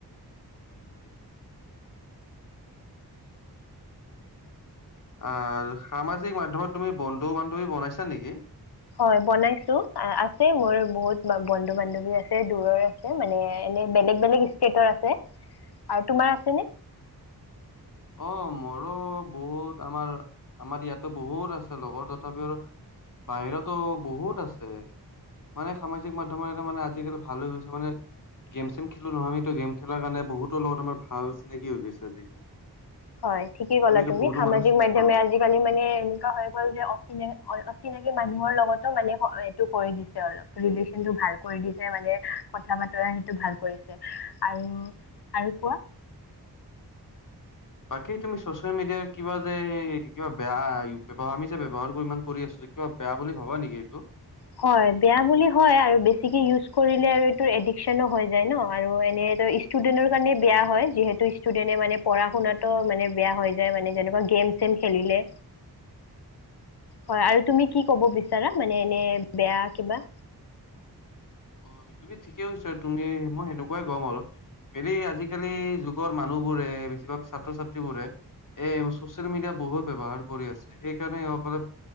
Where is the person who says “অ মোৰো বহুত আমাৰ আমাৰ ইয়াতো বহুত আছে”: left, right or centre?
Left